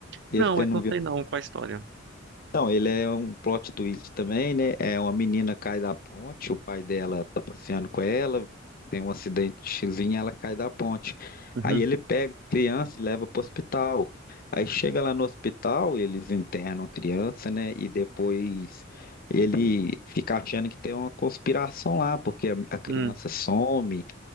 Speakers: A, on the right (about 60°); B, on the left (about 45°).
A: Não,
B: Esse você
A: eu
B: não
A: não
B: viu?
A: sei não qual é a história.
B: Então, ele é um plot twist também, né? É uma menina cai da ponte, o pai dela tá passeando com ela, tem um acidentezinho, ela cai da ponte.
A: Uhum,
B: Aí ele pega a criança e leva pro hospital. Aí chega lá no hospital, eles internam a criança, né? E depois ele fica achando que tem uma conspiração lá, porque a, a criança
A: hum,
B: some,